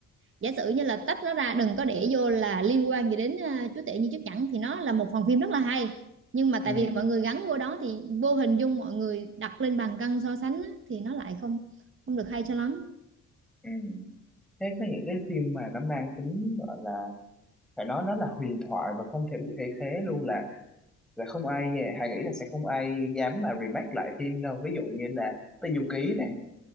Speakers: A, on the right; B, in the centre.
A: giả sử như là tách nó ra đừng có để vô là liên quan gì đến à, chúa tể như chúa chẳng thì nó là một phần phim rất là hay nhưng mà tại
B: Ừ,
A: vì mọi người gắn vô đó thì vô hình dung mọi người đặt lên bàn cân so sánh á, thì nó lại không không được hay cho lắm
B: ừ. Thế có những cái phim mà nó mang tính gọi là phải nói nó là huyền thoại và không thể bị thay thế luôn là là không ai Hà nghĩ là sẽ không ai dám mà remake lại phim đâu ví dụ như là Tây Du Ký này